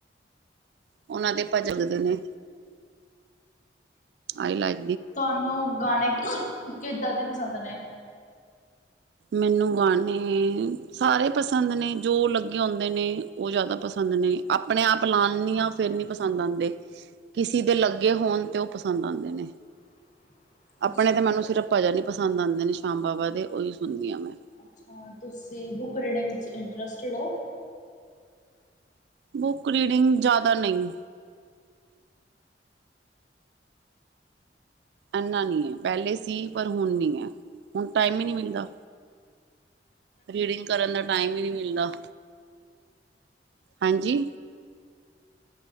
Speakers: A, on the right; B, on the left.
A: ਉਹਨਾਂ ਦੇ ਭਜਨ <unintelligible> ਨੇ, ਆਈ ਲਾਈ
B: ਤੁਹਾਨੂੰ ਗਾਣੇ, ਕਿੱਦਾਂ ਦੇ ਪਸੰਦ ਨੇ?
A: ਮੈਨੂੰ ਗਾਨੇ ਸਾਰੇ ਪਸੰਦ ਨੇ ਜੋ ਲੱਗੇ ਹੁੰਦੇ ਨੇ ਉਹ ਜਿਆਦਾ ਪਸੰ ਨੇ ਆਪਣੇ ਆਪ ਲਾਨੀ ਆ ਫੇਰ ਨੀ ਪਸੰਦ ਆਂਦੇ। ਕਿਸੀ ਦੇ ਲੱਗੇ ਹੋਨ ਤੇ ਉਹ ਪਸੰਦ ਆਂਦੇ ਨੇ।
B: <inaudible>
A: ਆਪਣੇ
B: ਅੱਛਾ
A: ਤਾਂ ਮੈਨੂੰ ਸਿਰਫ ਭਜਨ ਹੀ ਪਸੰਦ ਆਂਦੇ ਨੇ ਸ਼ਾਮ ਬਾਬਾ ਦੇ ਉਹੀ ਸੁਨਦੀ ਆਂ ਮੈਂ।
B: ਅੱਛਾ, ਤੁਸੀਂ, ਬੁੱਕ ਰੀਡਿੰਗ ਵਿੱਚ ਇੰਟਰਸਟਿਡ ਔ।
A: ਬੂਕਰੀਡਿੰਗ ਜਿਆਦਾ ਨਹੀਂ। ਇਨਾ ਨੀ ਪਹਿਲੇ ਸੀ ਪਰ ਹੁਣ ਨਹੀਂ ਐ, ਹੁਣ ਟਾਈਮ ਹੀ ਨਹੀਂ ਮਿਲਦਾ। ਰੀਡਿੰਗ ਕਰਨ ਦਾ ਟਾਈਮ ਹੀ ਨਹੀਂ ਮਿਲਦਾ। ਹਾਂਜੀ